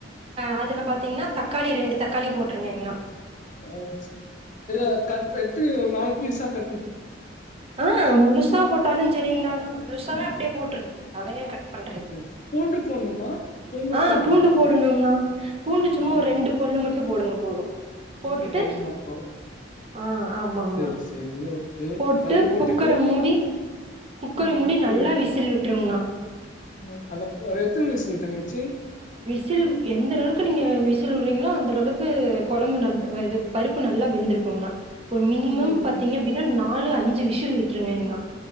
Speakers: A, on the right; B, on the left.
A: ஆ அதுல பாத்திங்னா தக்காளி ரெண்டு தக் காளி போட்ருங்கங்னா
B: <inaudible> கட்டு எத்து நாய் சிறிசா கட்னு
A: ஆஹ் முழுசா போட்டாலுஞ் சேரிங்களானா முழுசாவே அப்டியே போட்ருங்க அத ஏ கட் பண்றிங்க
B: சரி பூண்டு போடணுமா பூண்டு
A: ஆஹ்
B: போடணுமா
A: பூண்டு போடணுன்னா பூண்டு சும்மா
B: ஆ
A: ஒரு ரெண்டு பல்லு மட்டு டு போடுங்க போது போட்டுட்டு
B: ரெண்டு பல் மட்டூ
A: ஆ ஆமாங்ண்ணா
B: சேரி சேரி ஓக் கே
A: போட்டுட்டு
B: பல்லு போட்டுட்டு
A: குக்கர மூடி குக்கர
B: உம்
A: மூடி நல்லா
B: அது
A: விசில் விட்ருங்ண்ணா
B: உம் அனக் எத்தன விசில் தங்கச்சி
A: விசில் எந்த ளளவுக்கு நீங்க விசில் வுட்றீங்ளோ அந்த ளளவுக்கு கொழம்பு நல்ல அ இது பருப்பு நல்லா வெந்திருக்குங்னா ஒரு மினிமம்
B: ம்.
A: பாத்தீங்க அப்டின்னா நாலு அஞ்சு விஷ் சுலு விட்ருங்கைங்ணா